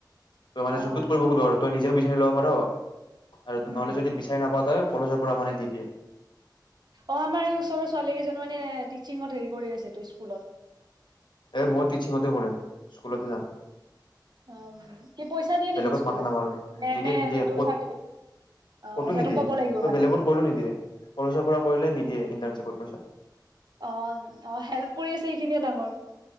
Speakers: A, on the left; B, on the right.
A: ত মানে
B: অ।
A: যুত কৰিব খুত দৰ হয় তই নিজেও বিচাৰি ল'ব পাৰ আৰু তোমাৰলৈ
B: উম।
A: যদি বিচাৰি নাপাওঁ তাৰ কলেজৰ পৰা মানে দি দিয়ে
B: অ আমাৰ এই ওচৰৰ ছোৱালী কেইজন মানে টিচিঙত হেৰি কৰি আছে তো স্কুলত।
A: এ মই টিচিঙত কৰিম স্কুলতে যাম
B: উম কি পইচা দিয়ে নেকি
A: বেলেগত
B: স্কুলে
A: মাথা নামাৰো
B: নে
A: নিদিয়ে
B: নে
A: নিদিয়ে
B: সেইটো
A: কত
B: চাৰ্টিফিকেট অ
A: কতো
B: সিহঁতক
A: নিদিয়ে
B: ক'ব
A: তই
B: লাগিব মানে
A: বেলেগত কৰিলো নিদিয়ে কলেজৰ পৰা কৰিলে নিদিয়ে ইণ্টাৰ পা
B: অ অ হেল্প কৰি আছে সেইখিনিয়ে ডাঙৰ